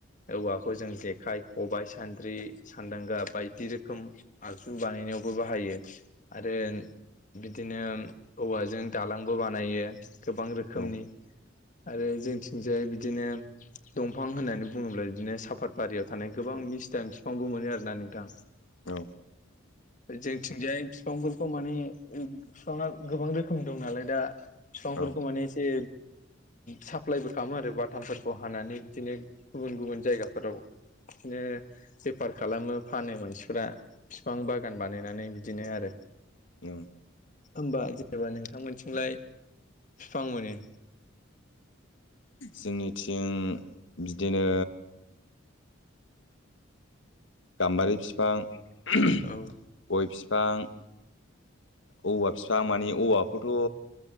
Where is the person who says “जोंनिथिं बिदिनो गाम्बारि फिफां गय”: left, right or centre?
Left